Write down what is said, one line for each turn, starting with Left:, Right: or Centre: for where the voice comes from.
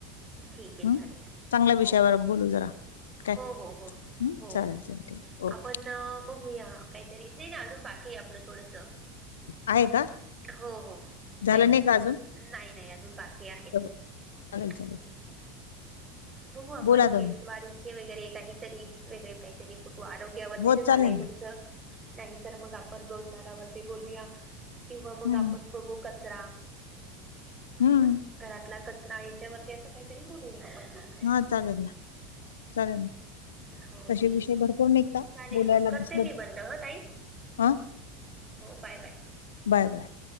Right: ठीक आहे
Left: हं,
Right: चालेल
Left: चांगल्या विषयावर
Right: हो हो
Left: बोलू जरा काय?
Right: हो हो हो
Left: हं,
Right: हो
Left: चालेल, चालेल. ठीक आहे. ओके.
Right: आपण बघूया काहीतरी नाही ना अजून बाकी आहे आपलं थोडंसं
Left: आहे का
Right: हो हो
Left: झालं
Right: काहीच
Left: नाही का
Right: तर
Left: अजून?
Right: नाही नाही अजून बाकी आहेत
Left: बरं, चालेल चालेल
Right: हम्म बघू आपण
Left: बोला
Right: केस
Left: तुम्ही.
Right: वाढीचे वगैरे काहीतरी वेगळे काहीतरी बघु आरोग्यावरतीच
Left: हो,
Right: झालंय
Left: चालेल
Right: तुमचं
Left: ना.
Right: नाही तर मग आपण रोजगारावरती बोलूया किंवा मग
Left: हं,
Right: आपण बघू कचरा
Left: हं.
Right: हम घरातला कचरा याच्यावरती असं काहीतरी बोलूया आपण मग
Left: हा चालेल ना चालेल ना
Right: हो
Left: तसे
Right: ठीक
Left: विषय
Right: आहे,
Left: भरपूर निघता
Right: चालेल
Left: बोलायला
Right: मग करते
Left: बसलं
Right: मी बंद हा तई
Left: हा
Right: हो बाय बाय
Left: बाय बाय